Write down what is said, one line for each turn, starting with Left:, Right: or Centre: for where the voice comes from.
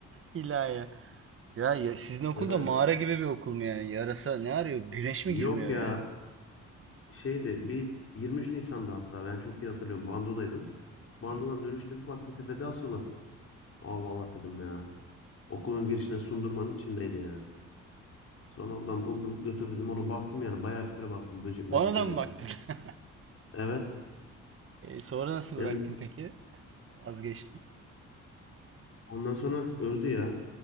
Right: İlahi. Ya, ya sizin okul
Left: Yani
Right: da mağara gibi bir okul mu yani? Yarasa ne arıyor? Güneş
Left: Yok
Right: mi girmiyor
Left: ya
Right: yani?
Left: şeydi bir 23 Nisan'da hatta ben çok iyi hatırlıyorum Bando'daydım. Bando'dan
Right: Hmm.
Left: dönüşte bir baktım tepede asılı. Allah Allah dedim ya. Okulun girişine sundurmanın içindeydi yani. Sonra oradan buldum götürdüm onu baktım yani bayağı bir süre baktım böcek möcek
Right: Ona da
Left: veriyordum.
Right: mı baktın? <laughs>
Left: Evet
Right: E, sonra nasıl
Left: yani
Right: bıraktın peki? Vazgeçtin.
Left: ondan sonra öldü ya.